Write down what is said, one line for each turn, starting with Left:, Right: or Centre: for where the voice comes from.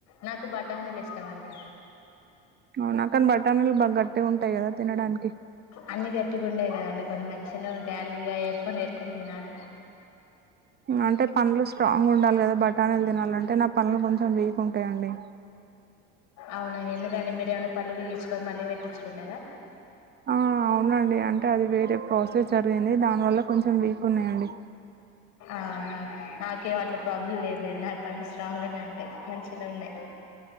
Left: నాకు బఠానీలు ఇష్టమండి
Right: అవునా కానీ బఠానీలు బాగా గట్టిగా ఉంటాయి కదా తినడానికి
Left: అన్ని గట్టిగుండేయి కదండి కొన్ని మంచిగనే ఉంటయ్ అల్ ఇగా ఏరుకొని ఏరుకొని తినాలి
Right: అంటే పన్నులు స్ట్రాంగ్ ఉండాలి కదా బటానీలు తినాలంటే నా పన్నులు కొంచెం వీక్ ఉంటాయండి
Left: అవునా ఎందుకండి మీరేమనా పళ్ళు పీకిచ్చుకొని మళ్ళీ పెట్టించుకున్నారా
Right: ఆ అవునండి అంటే అది వేరే ప్రాసెస్ జరిగింది దానివల్ల కొంచెం వీక్ ఉన్నాయండి
Left: ఆహా నాకేం అట్లా ప్రాబ్లం లేదులేండి నా పళ్ళు స్ట్రాంగానే ఉంటాయి మంచి గనె ఉన్నయ్